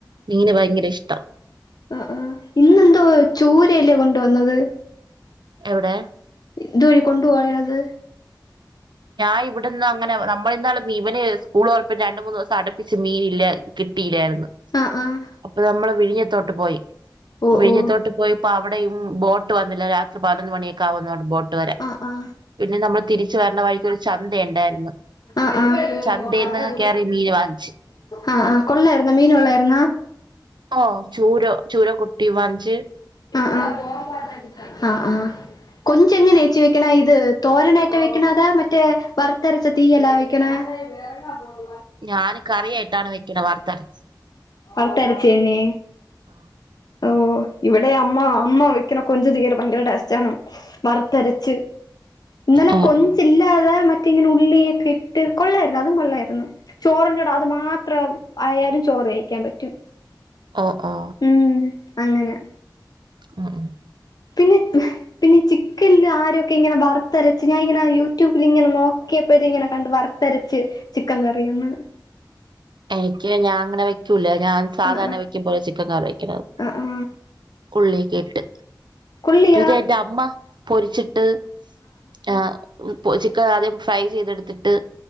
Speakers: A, on the right (about 75°); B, on the left (about 60°).
A: മീന് ഭയങ്കര ഇഷ്ടാ
B: ആ ആ ഇന്നെന്തോ ചൂരയല്ലേ കൊണ്ടുവന്നത്
A: എവിടെ
B: ഇത് വഴി കൊണ്ടു പോയത്
A: ഞാൻ ഇവിടെന്ന് അങ്ങനെ നമ്മളിന്നാള് ഇവനെ സ്കൂളൊർപ്പിച്ച് രണ്ട് മൂന്നോസം അട്പ്പിച്ച് മീനില്ല കിട്ടിയില്ലായിരുന്നു
B: ആഹ് ആഹ്
A: അപ്പൊ നമ്മള് വിഴിഞ്ഞത്തോട്ട് പോയി
B: ഓഹ്
A: വിഴിഞ്ഞത്തോട്ട്
B: ഓഹ്
A: പോയി അപ്പൊ അവിടെയും ബോട്ട് വന്നില്ല രാത് പതിനൊന്ന് മണിയൊക്കെ ആവുന്നർഞ്ഞ് ബോട്ട് വരാൻ
B: ആഹ് ആഹ്
A: പിന്നെ നമ്മൾ തിരിച്ച് വരണ വഴിക്ക് ഒരു ചന്ത ഉണ്ടായിരുന്നു
B: അ ആഹ്
A: ചന്തേന്ന് കേറി മീന് വാങ്ങിച്ച്
B: അ ആഹ് കൊള്ളായിരുന്നോ മീന് കൊള്ളായിരുന്നോ
A: ഓ ചൂര ചൂര കുട്ടി വാൻച്
B: അ ആ അ ആ കൊഞ്ച് എങ്ങനേച്ചി വെക്കണ ഇത് തോരനായിറ്റ വെക്കണ അതാ മറ്റേ വറുത്തരച്ച തീയല്ലാ വെക്കണ ഏ വേറെങ്ങാ പോണു
A: ഞാന് കറിയായിട്ടാണ് വെക്കണ വറത്തരച്ച്
B: വറത്തരച്ചെന്നേ
A: ആ
B: ഓ ഇവിടെ അമ്മ അമ്മ വെക്ക്ണ കൊഞ്ച് തീരെ ഭയങ്കര ടേസ്റ്റാണ് വറത്തരച്ച് ഇന്നലെ
A: ഓ
B: കൊഞ്ചില്ലാതെ
A: ഓ
B: മ മറ്റെ ഇങ്ങനെ ഉള്ളിയൊക്കെ ഇട്ട് കൊള്ളായിരുന്നു അതും കൊള്ളായിരുന്നു ചോറിന്റെ കൂട അത് മാത്രം ആയാലും ചോറ് കഴി ക്കാൻ പറ്റും.
A: അ ആ
B: ഉം അങ്ങനെ
A: ഉം ഉ
B: പിന്നെ പിന്നെ ചിക്ക് ഇല്ല ആരൊക്കെ ഇങ്ങനെ വറുത്തരച്ച് ഞാൻ ഇങ്ങനെ യൂട്യൂബിൽ ഇങ്ങനെ നോക്കിയപ്പോ ഇത് ഇങ്ങനെ കണ്ട് വറുത്തരച്ച് ചിക്കൻ കറിയൊന്ന്
A: എനിക്ക് ഞാൻ അങ്ങനെ വെക്കൂല്യ ഞാൻ സാധാരണ
B: ആ
A: വെക്കുമ്പോലെ ചിക്കൻ കറി വെക്കണത്.
B: ആ ആ ആ
A: ഉള്ളിയൊക്കെ ഇട്ട്
B: കൊള്ളിയാ
A: പിന്നെ എന്റെ അമ്മ പൊരിച്ചിട്ട് ആ ചിക്കൻ ആദ്യം ഫ്രൈ ചെയ്തെടുത്തിട്ട്